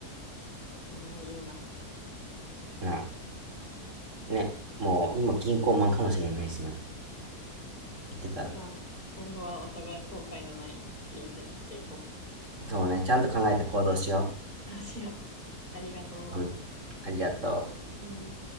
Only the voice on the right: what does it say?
な、ね、もう今銀行マンかもしれないしな。言ってたら。
そうね、ちゃんと考えて行動しよ
う。うん、ありがとう。